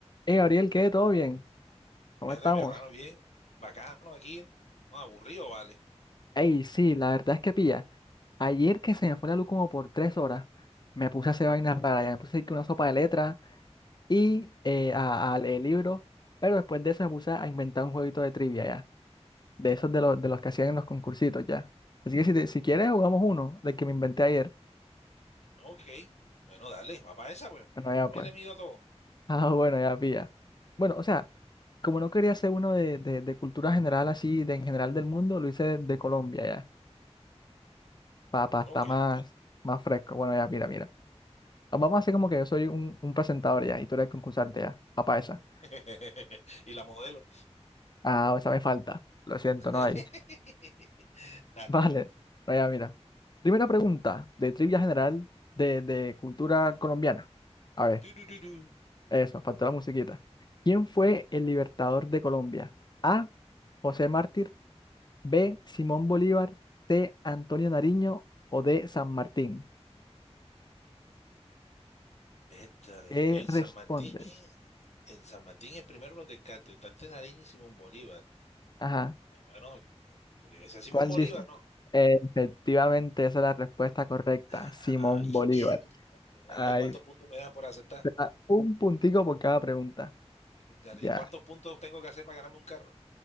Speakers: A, on the left; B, on the left.
A: Hey, Gabriel, ¿qué? ¿Todo bien? ¿Cómo
B: Era
A: estamos?
B: mi hermano, bien, bacano aquí, no, aburrido, vale.
A: Hey, sí, la verdad es que pilla. Ayer que se me fue la luz como por tres horas, me puse a hacer vainas raras. Ya me puse que una sopa de letras y eh, a, a leer libros. Pero después de eso me puse a inventar un jueguito de trivia ya. De esos de, los de los que hacían en los concursitos ya. Así que si, te- si quieres jugamos uno, del que me inventé ayer.
B: Ok, bueno, dale, va para esa, pues.
A: Bueno, ya
B: Me
A: pues.
B: le mido
A: <laughs>
B: a todo.
A: Ah, bueno, ya pilla. Bueno, o sea, como no quería hacer uno de, de, de cultura general así, de en general del mundo, lo hice de, de Colombia Papá, está
B: Ok.
A: más, más fresco. Bueno, ya, mira, mira. Vamos a hacer como que yo soy un, un presentador ya y tú eres concursante ya. Papá, esa.
B: <laughs> Y la modelo.
A: Ah, esa me falta. Lo siento,
B: <laughs>
A: no hay. <laughs>
B: Dale,
A: Vale.
B: pues.
A: No, ya, mira. Primera pregunta de trivia general de, de cultura colombiana. A ver,
B: Tururú.
A: eso, faltó la musiquita. ¿Quién fue
B: <laughs>
A: el libertador de Colombia? A. José Mártir. B. Simón Bolívar. C. Antonio Nariño. O D. San Martín.
B: Eh, Dale,
A: ¿Qué
B: el
A: respondes?
B: San Martín, el San Martín es primero los de Cantante Nariño y Simón Bolívar.
A: ajá
B: Bueno, debe ser Simón
A: ¿Cuál
B: Bolívar,
A: dice?
B: ¿no?
A: Eh, efectivamente, esa es la respuesta correcta,
B: Ah,
A: Simón Bolívar.
B: bien.
A: Ay,
B: Ajá, ¿y cuántos puntos me dan por aceptar?
A: te da un puntico por cada pregunta.
B: Eh, Dale,
A: Ya.
B: ¿y cuántos puntos tengo que hacer para ganarme un carro?